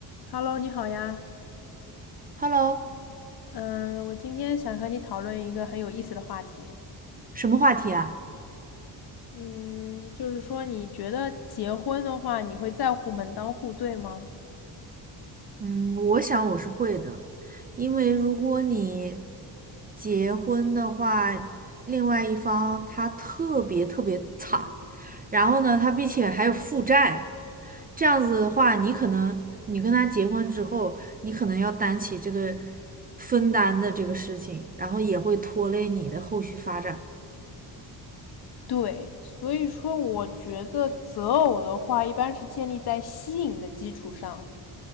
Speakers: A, on the left (about 55°); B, on the right (about 20°).
A: Hello，你好呀。
B: Hello，
A: 嗯，我今天想和你讨论一个很有意思的话题。
B: 什么话题啊？
A: 嗯，就是说，你觉得结婚的话，你会在乎门当户对吗？
B: 嗯，我想我是会的，因为如果你结婚的话，另外一方他特别特别惨，然后呢，他并且还有负债，这样子的话，你可能你跟他结婚之后，你可能要担起这个分担的这个事情，然后也会拖累你的后续发展。
A: 对，所以说，我觉得择偶的话，一般是建立在吸引的基础上。